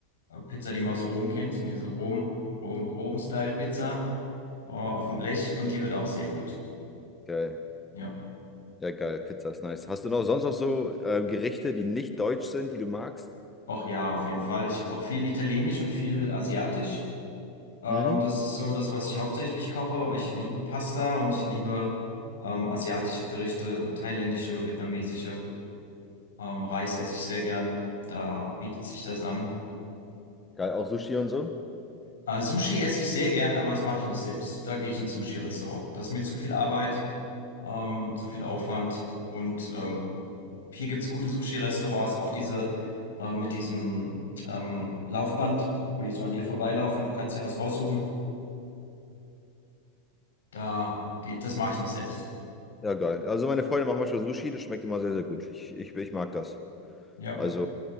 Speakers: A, on the left; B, on the left.
A: äh, Pizza, die man aus Rom kennt, ne? diese Rom, Rom, Rom-Style-Pizza äh, auf dem Blech und die wird auch sehr gut.
B: Geil.
A: Ja.
B: Ja, geil, Pizza ist nice. Hast du noch sonst noch so äh, Gerichte, die nicht deutsch sind, die du magst?
A: Ach ja, auf jeden Fall. Ich koche viel Italienisch und viel Asiatisch. Ähm,
B: Mhm.
A: das ist so das, was ich hauptsächlich koche, weil ich liebe Pasta und ich liebe ähm, asiatische Gerichte, thailändische, vietnamesische. Ähm, Reis esse ich sehr gern, da bietet sich das an.
B: Geil, auch Sushi und so?
A: Äh, Sushi esse ich sehr gern, aber das mache ich nicht selbst. Da gehe ich in ein Sushi-Restaurant. Das ist mir zu viel Arbeit, ähm, zu viel Aufwand. Und ähm, hier gibt's gute Sushi-Restaurants, auch diese äh, mit diesem ähm, Laufband, wo die so an dir vorbeilaufen und du kannst dir was raussuchen. Da geht, das mache ich nicht selbst.
B: Ja, geil. Also meine Freunde machen manchmal Sushi, das schmeckt immer sehr, sehr gut. Ich, ich, ich mag das.
A: Ja.
B: Also